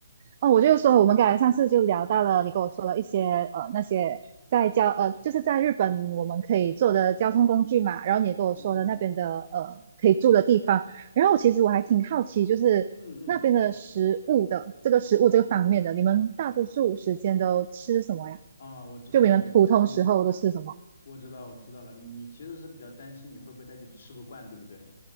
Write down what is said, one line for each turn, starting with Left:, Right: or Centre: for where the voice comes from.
Right: 哦，我就说我们刚才上次就聊到了，你跟我说了一些呃那些在交呃就是在日本我们可以坐的交通工具嘛，然后你也跟我说了那边的呃可以住的地方，
Left: 嗯嗯
Right: 然后我其实我还挺好奇，就是那边的食物的这个食物这个方面的，
Left: 嗯嗯，
Right: 你们大多数时间都吃什么呀？
Left: 啊，我知道了，
Right: 就你们普通时候都吃什么？
Left: 你你我知道我知道了，你你其实是比较担心你会不会在这里吃不惯，对不对？